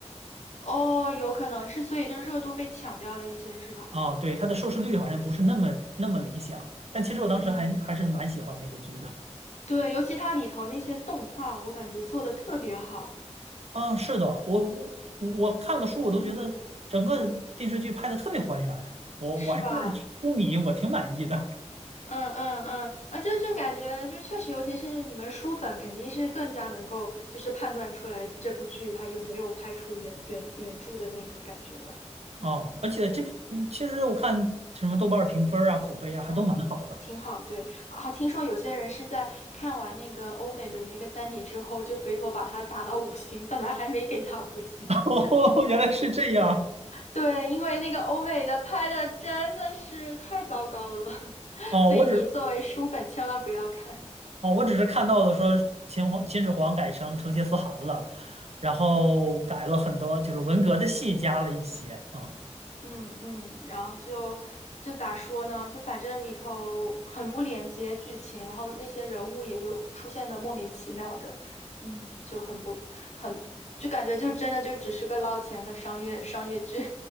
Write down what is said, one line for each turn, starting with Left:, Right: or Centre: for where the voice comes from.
Left: 哦，有可能是，所以就热度被抢掉了一些，是吧？
Right: 啊，对，它的收视率好像不是那么那么理想。但其实我当时还还是蛮喜欢那个剧的。
Left: 嗯。对，尤其它里头那些动画，我感觉做的特别好，
Right: 啊，是的，我我我看了书，我都觉得整个电视剧拍的特别还原，
Left: 嗯，
Right: 我我还是书迷，
Left: 是吧？
Right: 我挺满意的。
Left: 嗯嗯嗯，啊，就就感觉就确实，尤其是你们书粉，肯定是更加能够就是判断出来这部剧它有没有拍出原原原著的那个感觉来。嗯
Right: 哦，而且这部嗯其实我看什么豆瓣儿评分儿啊、口碑啊，还都蛮好的。
Left: 嗯，挺好。对啊，听说有些人是在看完那个欧美的那个《三体》之后，就回头把它打了五星，本来还没给它五星的。
Right: <laughs> 哦，原来是这样。
Left: 对，因为那个欧美的拍的真的是太糟糕了，<laughs>
Right: 哦，
Left: 所以你作为书粉千万不要看。
Right: 我只哦，我只是看到的说秦皇秦始皇改成成吉思汗了，然后改了很多，就是文革的戏加了一些啊
Left: 嗯嗯，然后就就咋说呢？就反正里头很不连接剧情，然后那些人物也有出现的莫名其妙的，嗯，就很不很就感觉就真的就只是个捞钱的商业商业剧。